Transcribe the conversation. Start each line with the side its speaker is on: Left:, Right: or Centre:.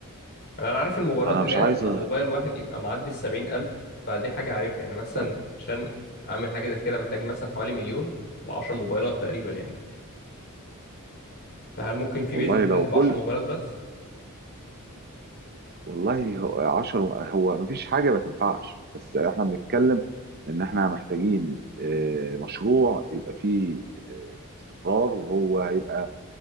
Left: انا أنا عارف الموبايلات
Right: انا
Left: اللي
Right: مش
Left: هي
Right: عايز
Left: تبقى الموبايل واحد يبقى معدي السبعين الف فدي حاجه عارفها يعني مثلا
Right: طيب
Left: عشان اعمل حاجه زي كده محتاج مثلا حوالي مليون او 10 موبايلات تقريبا يعني فهل ممكن في
Right: والله
Left: بيزنس
Right: لو
Left: فاتح ب
Right: كل
Left: 10 موبايلات بس
Right: والله هو 10 هو مفيش حاجه ما تنفعش بس احنا بنتكلم ان احنا محتاجين آه، مشروع يبقى فيه آه، استقرار وهو هيبقى